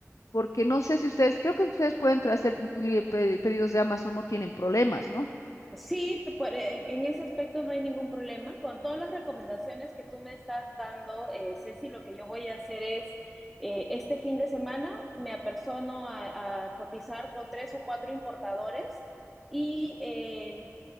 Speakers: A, on the left; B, in the centre.
A: porque no sé si ustedes, creo que ustedes pueden tra- hacer incluye pe- pedidos de Amazon, no tienen problemas, ¿no?
B: Sí, tú puede- en ese aspecto no hay ningún problema. Con todas las recomendaciones que tú me estás dando, eh, Ceci, lo que yo voy a hacer es, eh, este fin de semana me apersono a, a cotizar con tres o cuatro importadores y eh,